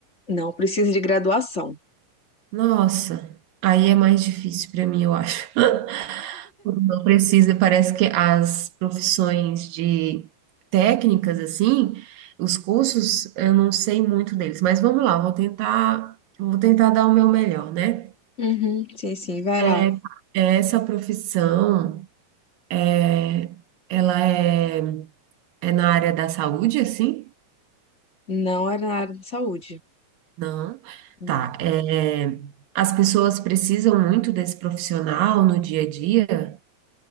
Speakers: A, on the left (about 25°); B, on the right (about 85°).
A: Não, precisa de graduação.
B: Nossa, aí é mais difícil para mim, eu acho. <laughs> Não precisa, parece que as profissões de técnicas, assim, os cursos, eu não sei muito deles, mas vamos lá, vou tentar, vou tentar dar o meu melhor, né?
A: Uhum, sim, sim, vai
B: É,
A: lá.
B: essa profissão, é, ela é, é na área da saúde, assim?
A: Não é na área de saúde.
B: Não.
A: Não.
B: Tá. É, as pessoas precisam muito desse profissional no dia a dia?